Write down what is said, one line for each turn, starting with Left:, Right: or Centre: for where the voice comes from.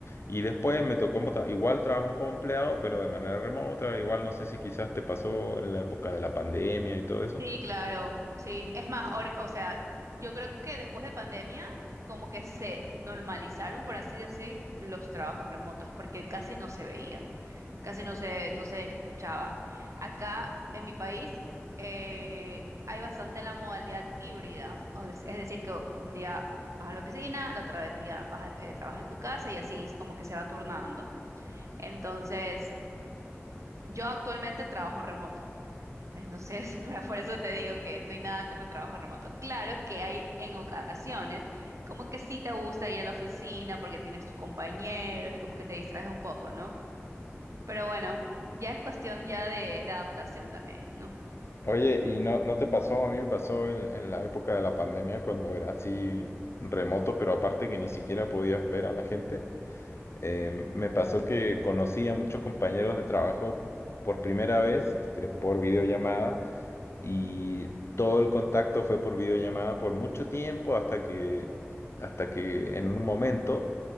Left: Y después me tocó mota- igual trabajar como empleado, pero de manera remota, igual no sé si quizás te pasó en la época de la pandemia y todo eso.
Right: Sí, claro, sí. Es más, ahori- o sea, yo creo que después de pandemia, como que se normalizaron, por así decir, los trabajos remotos, porque casi no se veía. casi no se, no se escuchaba. Acá en mi país eh, hay bastante la modalidad híbrida, o de- es decir, que un día vas a la oficina, el otro día vas a- eh, trabajas en tu casa y así es como que se va turnando. Entonces, yo actualmente trabajo remoto. Entonces, <laughs> para, por eso te digo que no hay nada como el trabajo remoto. Claro que hay en ocasiones como que sí te gusta ir a la oficina porque tienes tus compañeros y como que te distraes un poco, ¿no? Pero bueno, ya es cuestión ya de, de adaptación también, ¿no?
Left: Oye, ¿y no, no te pasó? A mí me pasó en, en la época de la pandemia cuando era así remoto, pero aparte que ni siquiera podías ver a la gente. Eh, me pasó que conocí a muchos compañeros de trabajo por primera vez, este, por videollamada, y todo el contacto fue por videollamada por mucho tiempo hasta que, hasta que en un momento